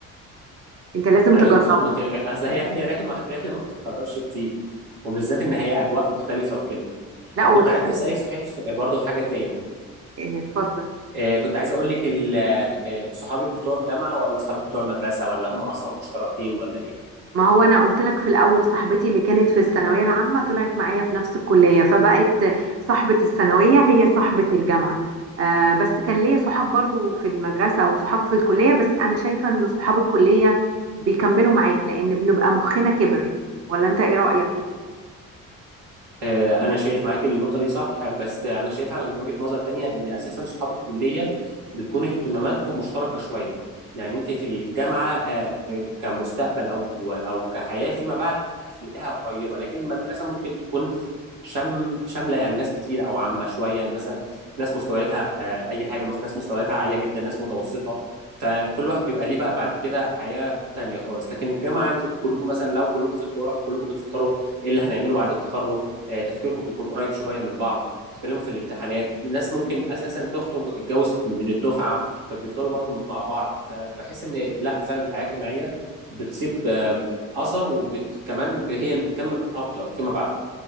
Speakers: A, on the right (about 40°); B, on the right (about 80°).
A: أنت لازم
B: ايوه
A: تجربها
B: بالظبط ما انت اصل هي هي رحله ما رحله ما بتتكررش كتير وبالذات ان هي اجواء مختلفه وكده
A: لا
B: طب
A: وتفرق
B: كنت عايز اسالك صحيح برضو حاجه تاني
A: آه، اتفضل
B: آه، كنت عايز اقول لك ال- آه، صحابك بتوع الجامعه ولا صحابك بتوع المدرسه ولا هم اصلا مشتركين ولا ايه
A: ما هو انا قلت لك في الاول صاحبتي اللي كانت في الثانويه العامه طلعت معايا في نفس الكليه فبقت صاحبه الثانويه هي صاحبه الجامعه آه بس كان ليا صحاب برضو في المدرسه وصحاب في الكليه بس انا شايفه ان صحاب الكليه بيكملوا معاك لان بنبقى مخنا كبر ولا انت ايه رايك
B: آه، انا شايف معاكي النقطه دي صح بس انا شايفها من وجهه نظر تانية ان اساسا صحاب الكليه بتكون اهتماماتكم مشتركه شويه يعني انت في الجامعه آه، كمستقبل او او كحياه فيما بعد هتلاقيها قريبه لكن المدرسه ممكن تكون شام شامله يعني ناس كتير او عامه شويه يعني مثلا ناس مستوياتها آه، اي حاجه مثلا ناس مستوياتها عاليه جدا ناس متوسطه فكل واحد بيبقى ليه بقى بعد كده حياه تانية خالص لكن الجامعه انتوا كلكم مثلا لو كلكم في تجاره فكلكم بتفكروا ايه اللي هنعمله بعد التخرج آه، تفكيركم بيكون قريب شويه من بعض بتتكلموا في الامتحانات ناس ممكن اساسا تخطب وتتجوز من الدفعه فبيفضلوا برضو مع بعض فبحس ان لا فعلا الحياه الجامعيه بتسيب آم، اثر وكمان هي اللي بتكمل اكتر فيما بعد